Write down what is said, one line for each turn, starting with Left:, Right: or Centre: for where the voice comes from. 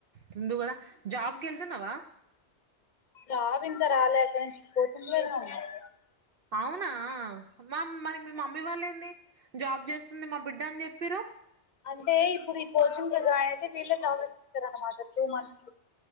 Right: తిందువు కదా జాబ్కి వెళ్తున్నావా
Left: జాబు ఇంకా రాలే అక్క కోచింగ్ లోనే ఉన్నాను
Right: అవునా అమ్మ మా మరి మీ మమ్మీ వాళ్ళు ఏంది జాబ్ చేస్తుంది మా బిడ్డ అని చెప్పేరు
Left: అంటే ఇప్పుడు ఈ కోచింగ్ లో జాయిన్ అయితే వీళ్ళే జాబ్ ఇస్తారనమాట ఈ టూ మంత్స్